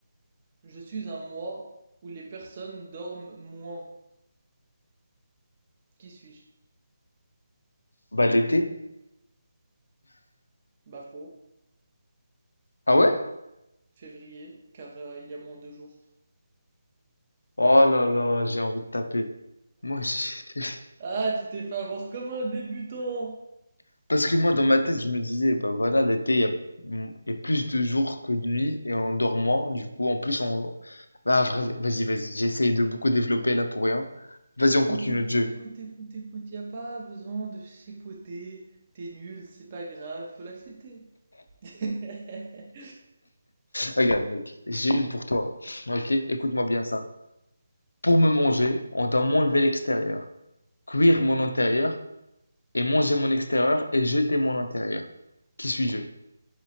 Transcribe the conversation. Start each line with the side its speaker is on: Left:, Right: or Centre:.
Right: Je suis un mois où les personnes dorment moins. Qui suis-je?
Left: Bah l'été?
Right: Bah faux.
Left: Ah ouais?
Right: Février, car euh, il y a moins de jours.
Left: Oh là là, j'ai envie de taper. Moi, j'ai-
Right: Ah, tu t'es fait avoir comme un débutant!
Left: <laughs> parce que moi dans ma tête, je me disais, bah voilà, l'été, il y a, il y a plus de jours que de nuits et on dort moins. Du coup, en plus, on... Bah vas- vas-y, vas-y, j'essaye de beaucoup développer là pour rien. Vas-y,
Right: Écoute,
Left: on continue
Right: écoute,
Left: le jeu.
Right: écoute, écoute, écoute, y a pas besoin de chipoter. T'es nul, c'est pas grave, faut l'accepter. <laughs>
Left: Regarde, mec, j'ai une pour toi. Ok, écoute-moi bien ça. Pour me manger, on doit m'enlever l'extérieur, cuire mon intérieur et manger mon extérieur et jeter mon intérieur. Qui suis-je?